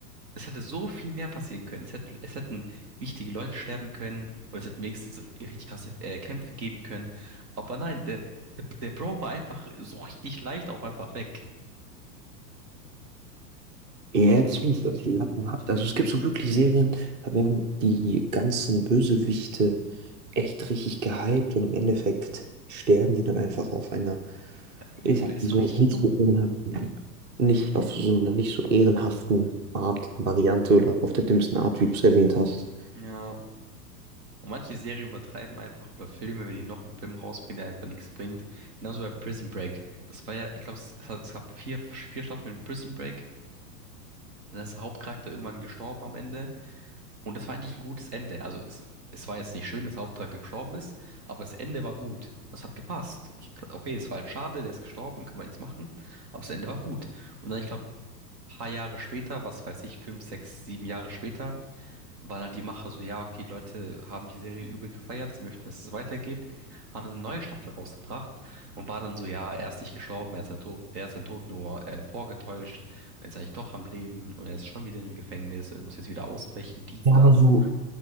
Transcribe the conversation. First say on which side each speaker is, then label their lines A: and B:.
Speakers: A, on the right; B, on the right.
A: Es hätte so viel mehr passieren können. Es hätte, es hätten wichtige Leute sterben können. Oder es hätten wenigstens richtig krasse äh, Kämpfe geben können. Aber nein, der, der, der Bro war einfach so richtig leicht auch einfach weg.
B: Ja, das finde ich echt lappenhaft. Also es gibt so wirklich Serien, da werden die ganzen Bösewichte echt richtig gehypt und im Endeffekt sterben die dann einfach auf einer,
A: Übel,
B: ich sag
A: es
B: mal so,
A: war richtig
B: nicht
A: dumm.
B: so ehrenhaften, nicht auf so einer nicht so ehrenhaften Art, Variante oder auf der dümmsten Art, wie du es erwähnt hast.
A: Ja, und manche Serien übertreiben einfach oder Filme, wenn die noch einen Film rausbringen, der einfach nichts bringt. Genauso bei Prison Break. Das war ja, ich glaube, es, es hat- es gab vier, vier Staffeln Prison Break. Dann ist der Hauptcharakter irgendwann gestorben am Ende. Und das war eigentlich ein gutes Ende. Also es, es war jetzt nicht schön, dass der Hauptcharakter gestorben ist, aber das Ende war gut. Es hat gepasst. Okay, es war halt schade, der ist gestorben, kann man nichts machen. Aber das Ende war gut. Und dann, ich glaube, ein paar Jahre später, was weiß ich, fünf, sechs, sieben Jahre später, waren halt die Macher so, ja, okay, Leute haben die Serie übel gefeiert, sie möchten, dass es weitergeht, haben eine neue Staffel rausgebracht und waren dann so, ja, er ist nicht gestorben, er ist sein Tod, er ist sein Tod nur äh, vorgetäuscht und ist eigentlich doch am Leben und er ist schon wieder im Gefängnis und muss jetzt wieder ausbrechen, dies,
B: Ja,
A: das.
B: aber so,